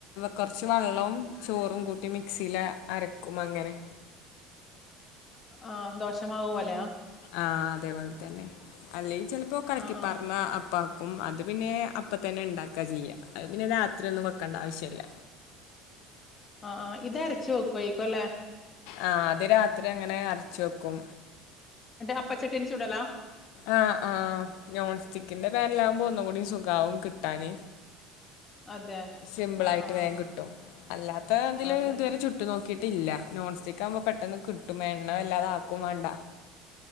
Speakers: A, on the left; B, on the left.
A: കൊറച്ച് വെള്ളവും ചോറും കൂട്ടി മിക്സീല് അരക്കും അങ്ങനെ.
B: ആഹ് ദോശമാവുപോലെ
A: ആഹ് അതേപോലെ തന്നെ അല്ലേങ്കി ചിലപ്പോ കലക്കി
B: ആഹ്
A: പാർന്ന
B: ആഹ്
A: അപ്പാ ക്കും അത് പിന്നെ അപ്പ തന്നെ ഇണ്ടാക്കാ ചെയ്യാ. അത് പിന്നെ രാത്രി ഒന്നും വെക്കേണ്ട ആവശ്യല്ല.
B: ആഹ് ആഹ് ഇത് അരച്ച് വെക്കുവായിരിക്കോല്ലേ?
A: ആ അത് രാത്രി അങ്ങനെ അരച്ച് വെക്കും.
B: അപ്പ ചട്ടീല് ചൂടലാ?
A: ആഹ് ആഹ് നോൺ സ്റ്റിക്കിന്റെ പാനിലാകുമ്പോ ഒന്നും കൂടി സുഖാവും കിട്ടാന്
B: അതെ
A: സിമ്പിൾ
B: ആഹ്
A: ആയിട്ട്
B: ആഹ്
A: വേഗം കിട്ടും. അല്ലാത്ത ഇതില്
B: അതെ
A: ഇതുവരെ ചുട്ട് നോക്കി ട്ടില്ല നോൺസ്റ്റിക്ക് ആവുമ്പോ പെട്ടെന്ന് കിട്ടും. എണ്ണ വല്ലാതെ ആക്കും വേണ്ട.